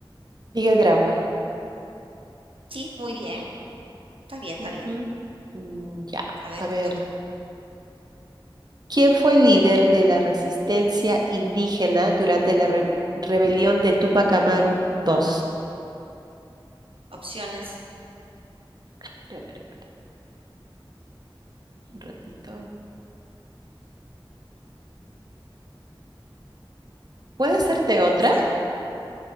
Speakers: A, on the right (about 50°); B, on the right (about 80°).
A: Miguel Grau.
B: Sí, muy bien. Está bien, está
A: Ujú.
B: bien.
A: Mm, Ya,
B: A ver,
A: a
B: te
A: ver.
B: toca.
A: ¿Quién fue el líder de la resistencia indígena durante la re- rebelión de Tupac Amaru II?
B: Opciones.
A: Espera, espera, espera, un ratito. ¿Puede hacerte
B: ¿Quién
A: otra?
B: será?
A: <laughs>